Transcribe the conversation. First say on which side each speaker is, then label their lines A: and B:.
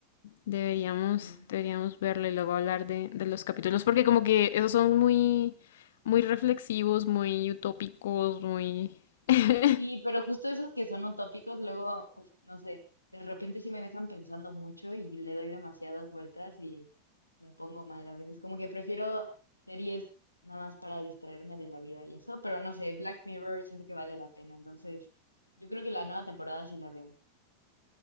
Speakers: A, on the left (about 55°); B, on the left (about 80°).
A: Deberíamos,
B: Sí.
A: deberíamos verla y luego hablar de, de los capítulos, porque como que esos son muy, muy reflexivos, muy utópicos, muy... <laughs>
B: Sí, pero justo esos que son utópicos, luego, uf, no sé, de repente sí me dejan pensando mucho y le doy demasiadas vueltas y me pongo mal a veces. Como que prefiero series nada más para distraerme de la vida y eso, pero no sé, Black Mirror siento que vale la pena, entonces yo creo que la nueva temporada sí la veo.